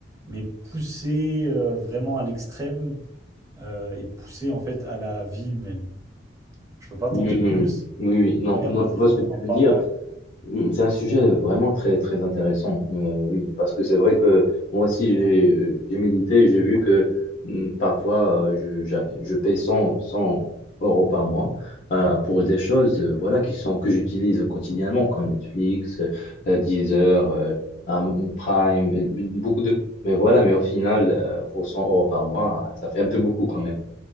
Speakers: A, on the right; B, on the left.
A: mais poussé euh, vraiment à l'extrême euh, et poussé en fait à la vie humaine. Je peux pas t'en
B: oui,
A: dire
B: oui,
A: plus.
B: oui, oui. oui. non,
A: Regarde
B: non,
A: l'épisode,
B: je vois ce que tu
A: on en reparlera.
B: veux dire. Mm, C'est un sujet vraiment très, très intéressant, euh, oui, parce que c'est vrai que moi aussi, j'ai euh, j'ai médité et j'ai vu que mm, parfois, euh, je, j'a- je paye cent, cent euros par mois euh, pour des choses euh, voilà, qui sont, que j'utilise quotidiennement, comme Netflix, euh, Deezer, euh, Am- Prime, euh, beaucoup de... Mais voilà, mais au final, euh, pour 100 euros par mois, ça fait un peu beaucoup quand même.